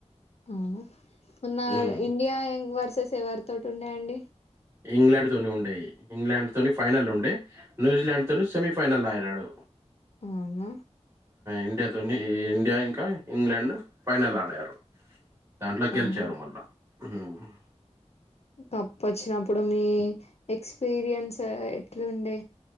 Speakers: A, on the left; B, on the right.
A: అవునా నిన్న
B: హ్మ్.
A: ఇండియా యాంగ్ వర్సెస్ ఎ వ తోటి ఉన్నాయండి
B: ఇంగ్లండ్ తిని ఉండేది ఇంగ్లాండ్ తోని ఫైనల్ ఉండే న్యూజిలాండ్ తోని సెమీఫైనల్ ఆడీనాడు
A: మ్మ్
B: ఇండియాతోని ఇండియా ఇంకా ఇంగ్లాండ్ ఫైనల్ ఆడారు దాంట్లో
A: అవును
B: గెలిచారు మళ్ళా మ్మ్ హ్మ్
A: తప్పు వచ్చినప్పుడు మీ ఎక్స్పీరియన్స్ ఎట్లుండే